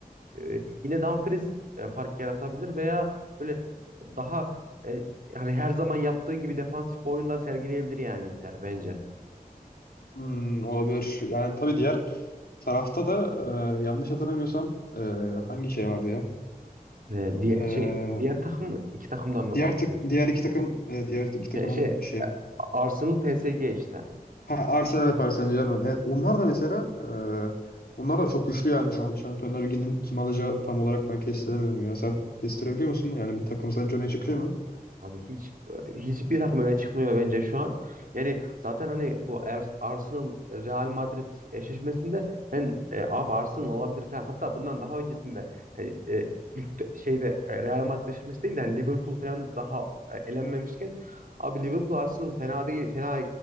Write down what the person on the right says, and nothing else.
E, yine Dumfries e, fark yaratabilir veya böyle daha e, hani her zaman yaptığı gibi defansif bir oyun da sergileyebilir yani Inter bence.
E, diye,
şey diğer takım mı- iki takımdan mı
bahsediyorsun?
E, şey
Arsenal PSG işte.
Abi hiç hiçbir takım öne çıkmıyor bence şu an. Yani zaten hani bu Ars- Arsenal Real Madrid eşleşmesinde ben e, abi Arsenal alabilir falan. Hatta bundan daha öncesinde yani, e, ilk de- şeyde e, Real Madrid eşleşmesi değil de hani Liverpool falan daha e, elenmemişken abi Liverpool Arsenal fena değil fena